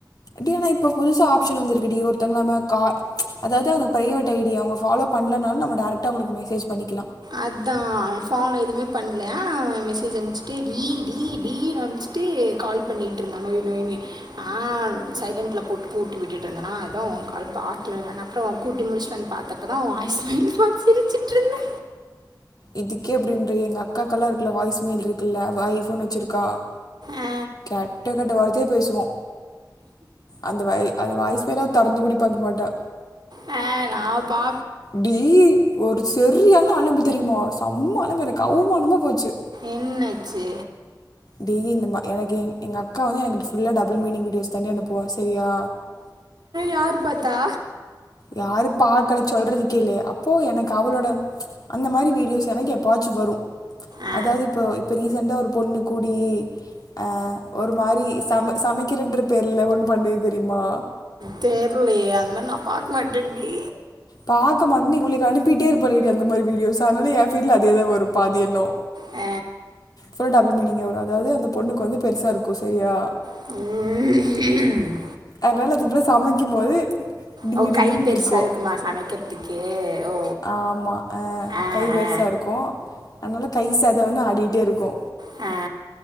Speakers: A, on the left; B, on the right.
A: டி ஆனா இப்ப புதுசா ஆப்ஷன் வந்துருக்குடி ஒருத்தவங்கால நம்ம கா அதாவது அவுங்க பிரைவேட் ஐ டி ய அவுங்க ஃபாலோ பண்ணலனாலு நம்ம டேரெக்டாக அவுங்களுக்கு மெசேஜ் பண்ணிக்கலா
B: அதா அவ ஃபோனு எதுமே பண்ணல ஆனா அவே மெசேஜ் அனுப்புச்சுட்டு டீ டீ டீ னு அனுப்புச்சு ட்டு கால் பண்ணிட்டு ருந்தா நொய் நொய்னு நா சைலண்ட்ல போட்டு கூட்டி விட்டுட்டு ருந்தேன்னா அதா ஓ கால் பாக்கலங்க அப்பறோ கூட்டி முடிச்சுட்டு வந்து பாத்தே அப்பதா ஓ வாய்ஸ் மெயில் பாத்து சிரிச்சுட்டு ருந்தே
A: இதுக்கே அப்படின்றேயே எங்க அக்காக்கெல்லா இருக்குல வாய்ஸ் மெயில் இருக்குல்ல அவ ஐஃபோன் வச்சிருக்கா
B: ஆ,
A: கெட்ட கெட்ட வார்த்தையே பேசுவோ அந்த வை அந்த வாய்ஸ்சு மெயில தொறந்து கூடி பாக்க மாட்டா
B: ஹ நா பா
A: டி ஒரு செரியான அலும்பு தெரியுமா செம்ம அலம்பு எனக்கு அவுமானமா போச்சு
B: என்னாச்சு
A: டெய்லி இந்த மா எனக்கு எ எங்க அக்கா வந்து எனக்கு ஃபுல்லா டபுள் மினிங் வீடியோஸ் தாண்டி அனுப்புவா சரியா
B: யாரு பாத்தா
A: யாரு பார்க்கல சொல்றதுக்கே இல்லையே அப்போ எனக்கு அவலோட அந்த மாதிரி வீடியோஸ் எனக்கு எப்பாச்சு வரு
B: ஆ
A: அதாவது இப்ப இப்ப ரீசண்ட்டா ஒரு பொண்ணு கூடி ஆ ஒரு மாறி சமை சமைக்கிறன்ற பேர்ல ஒன்னு பண்ணது தெரியுமா
B: தெரிலயே அந்த மாதிரி நா பாக்க மாட்டேன்டி
A: பார்க்க மாட்டேன்னு இவளுக அனுப்பிட்டே இருப்பாலுங்கடி அந்த மாதிரி வீடியோஸ் அதனால ஏ ஃபீல்டுல்ல அதே தா வரும் பாதி என்னு
B: அ
A: பூரா டபுள் மீனிங்கே வரு அதாவது அந்த பொண்ணுக்கு வந்து பெருசாக இருக்கு சரியா
B: ம் ம்
A: அதனால அந்த புள்ள சமைக்கு போது டிங்கு
B: அவ
A: டிங்குன்னு
B: கை பெருசா
A: இருக்கும்
B: இருக்குமா சமைக்கிறதுக்கு ஓ
A: ஆமா அ
B: ஆ
A: கை பெருசாக
B: ஆ
A: இருக்கு அதனால கை சத வந்து ஆடிகிட்டே இருக்கு
B: அ